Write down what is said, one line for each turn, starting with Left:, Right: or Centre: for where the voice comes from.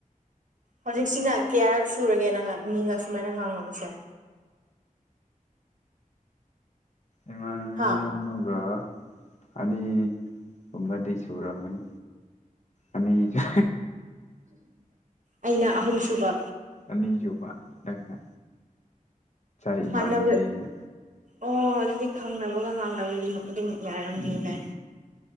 Right: ꯍꯧꯖꯤꯛꯁꯤꯅ ꯀꯌꯥꯔꯛ ꯁꯨꯔꯒꯦ ꯅꯪ ꯃꯤꯒ ꯁꯨꯃꯥꯏꯅ ꯉꯥꯡꯅꯕꯁꯦ ꯑ
Left: ꯏꯃꯥꯟꯕꯤ
Right: ꯍꯥ
Left: ꯑꯃꯒ ꯑꯅꯤ ꯍꯨꯝꯕꯗꯤ ꯁꯨꯔꯝꯅꯤ ꯑꯅꯤꯖ
Right: ꯑꯩꯅ ꯑꯍꯨꯝꯁꯨꯕ
Left: ꯑꯅꯤꯁꯨꯕ ꯅꯪꯅ ꯏ ꯏꯃꯥꯟꯅꯕꯤꯅꯤ
Right: ꯍꯥꯟꯅꯕ ꯑꯣ ꯑꯗꯨꯗꯤ ꯈꯪꯅꯕꯒ ꯉꯥꯡꯅꯕꯒꯤ ꯑꯗꯨꯝ ꯌꯥꯔꯝꯅꯤꯅꯦ
Left: ꯎꯝ